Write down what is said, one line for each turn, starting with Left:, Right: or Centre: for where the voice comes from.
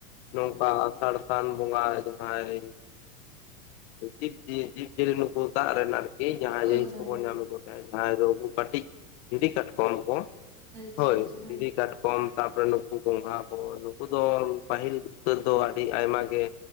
Left: ᱱᱚᱝᱠᱟ ᱟᱥᱟᱲ ᱥᱟᱱ ᱵᱚᱸᱜᱟ ᱡᱟᱦᱟᱸᱭ ᱡᱤᱵᱽ ᱡᱤᱭᱟᱹ ᱡᱤᱵᱽᱡᱤᱭᱟᱹᱞᱤ ᱱᱩᱠᱩ ᱫᱟᱜ ᱨᱮᱱ ᱟᱨᱠᱤ᱾ ᱡᱤᱱᱤᱥ
Right: ᱦᱳᱭ ᱦᱳᱭ
Left: ᱠᱚᱵᱚᱱ ᱧᱟᱢ ᱮᱫ ᱠᱚ ᱛᱟᱦᱮᱸ ᱡᱟᱦᱟᱸᱭ ᱫᱚ ᱩᱱᱠᱩ ᱠᱟᱹᱴᱤᱡ ᱫᱷᱤᱨᱤ ᱠᱟᱴᱠᱚᱢ ᱠᱚ
Right: ᱟᱪᱪᱷᱟ
Left: ᱦᱳᱭ
Right: ᱟᱪᱪᱷᱟ
Left: ᱫᱷᱤᱨᱤ
Right: ᱦᱮᱸ
Left: ᱠᱟᱴ ᱠᱚᱢ ᱛᱟᱯᱚᱨᱮ ᱱᱩᱠᱩ ᱜᱚᱸᱜᱷᱟ ᱠᱚ ᱱᱩᱠᱩ ᱫᱚ ᱯᱟᱹᱦᱤᱞ ᱩᱛᱟᱹᱨ ᱫᱚ ᱟᱹᱰᱤ ᱟᱭᱢᱟ ᱜᱮ